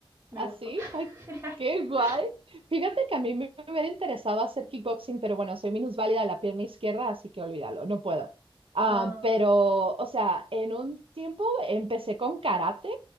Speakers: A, on the right; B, on the right.
A: Me
B: ¿Así?
A: gustó.
B: Ay,
A: <laughs>
B: qué guay. Fíjate que a mí me hubiera interesado hacer kickboxing, pero bueno, soy minusválida de la pierna izquierda, así que olvídalo, no puedo. Ah,
A: Ah,
B: pero, o sea, en un tiempo empecé con karate